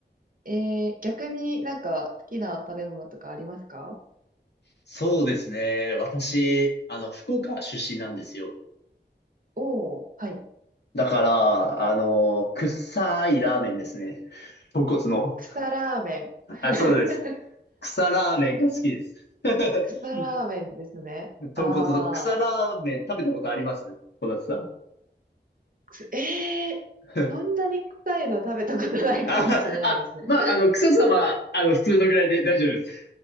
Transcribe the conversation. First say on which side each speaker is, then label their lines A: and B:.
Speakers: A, on the right; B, on the left.
A: えー、逆になんか好きな食べ物とかありますか
B: そうですね。私、あの、福岡出身なんですよ。
A: おー、はい。
B: だから、あの、臭いラーメンですね。豚骨の。
A: 草ラーメン。<laughs>
B: あ、そうです。草ラーメンが好きです。<laughs>
A: 草ラーメンですね。
B: 豚骨の草ラーメン食べたことあります小夏さん。
A: あー、くすえー、
B: <laughs>
A: そんなに臭いの食べたことないかもしれないですね。
B: あ、あ、まあ、あの、草さんは、あの、普通のぐらいで大丈夫です。